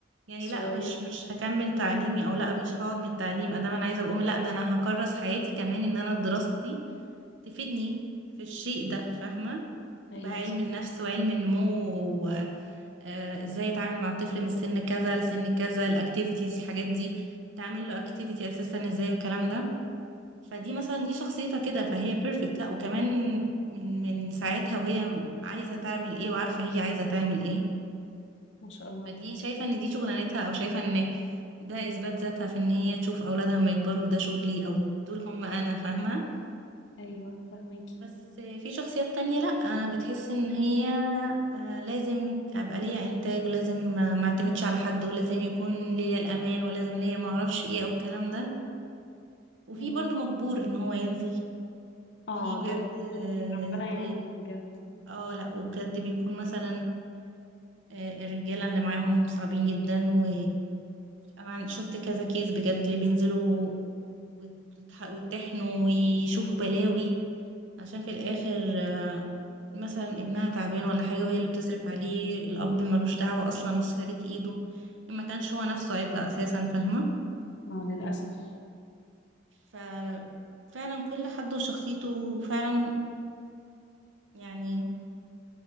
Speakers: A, on the right (about 80°); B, on the left (about 65°).
A: يعني
B: صغيرة
A: لا مش مش هكمل تعليمي او لا مش هقعد من التعليم ادام انا عايزه اقوم لا ده انا هكرس حياتي كمان ان انا دراستي تفيدني في الشيء ده فاهمه
B: ايوه
A: بقى علم
B: صح
A: النفس وعلم النمو وازاي اتعامل مع الطفل من سن كذا لسن كذا الاكتيفيتيز الحاجات دي تعمل له اكتيفيتي اساسا ازاي والكلام ده فدي مثلا دي شخصيتها كده فهي بيرفكت لا وكمان من من ساعتها وهي عايزه تعمل ايه وعارفه هي عايزه تعمل ايه
B: ما شاء الله
A: فدي شايفة ان دي شغلانتها او شايفة ان ده اثبات ذاتها في ان هي تشوف اولادها لما يكبروا ده شغلي او دول هم انا فاهمة
B: ايوه فاهميكي
A: بس في شخصيات تانية لا أنا بتحس ان هي آه، لازم ابقى ليا انتاج ولازم ما ما اعتمدش على حد ولازم يكون ليا الامان ولازم ليا ما اعرفش ايه او الكلام ده وفي
B: مم.
A: برضو مجبور ان هو ينزل
B: اه
A: في بجد
B: دول دول
A: آه،
B: ربنا يعينهم
A: دول
B: بجد
A: اه لا وبجد بيكون مثلا آه، الرجالة اللي معاهم صعبين جدا و أنا شفت كذا كيس بجد اللي بينزلوا وتتح- ويتحنوا ويشوفوا بلاوي عشان في الآخر
B: مم.
A: آه، مثلا ابنها تعبان ولا حاجة وهي اللي بتصرف عليه الأب ملوش دعوة أصلا وسالك إيده ما كانش هو نفسه عبء أساسا فاهمة
B: اه للاسف
A: ففعلا كل حد وشخصيته فعلا يعني